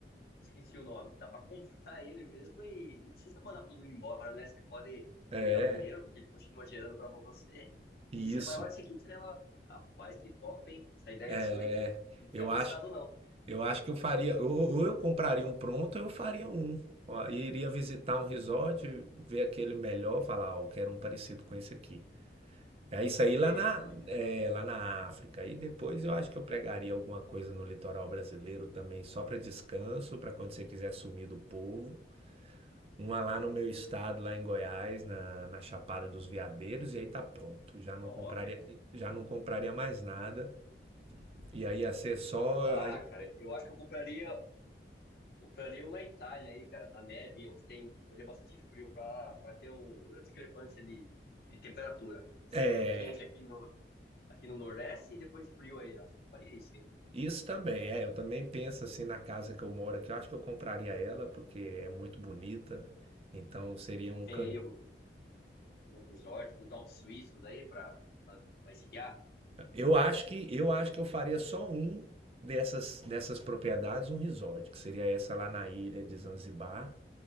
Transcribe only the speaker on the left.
Esqueci o nome. Dá para comprar ele mesmo e não precisa mandar tudo embora, né? Você pode
ganhar o dinheiro, porque ele continua gerando para você.
E você vai a hora que você quiser lá. Rapaz, que top, hein? Essa ideia
sua, hein? Não tinha
pensado,
não.
Construir,
olha,
top.
Ah,
cara, eu acho que eu compraria Compraria um na Itália aí, cara, na neve, onde tem, onde é bastante frio, para para ter o, a discrepância de, de temperatura. Sempre
quente aqui no, aqui no Nordeste e depois frio aí. Eu acho que eu faria isso, hein?
Não
tem
aí um, algum resort nos Alpes Suíços aí para esquiar?